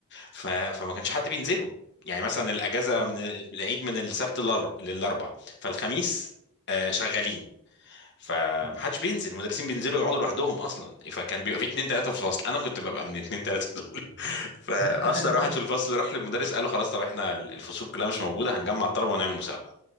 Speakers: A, on the left; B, on the right.
A: ف... فما كانش حد بينزله يعني مثلا الاجازه
B: اه
A: من ال- العيد من السبت للأرب- للاربع فالخميس آه، شغالين فمحدش
B: أمم.
A: بينزل المدرسين بينزلوا يقعدوا لوحدهم اصلا فكان بيبقى في اتنين تلاته في الفصل انا كنت ببقى من اتنين تلاته دول <laughs> فاشطر
B: <laughs>
A: واحد في الفصل راح للمدرس قال له خلاص طب احنا الفصول كلها مش موجوده هنجمع الطلبه ونعمل مسابقه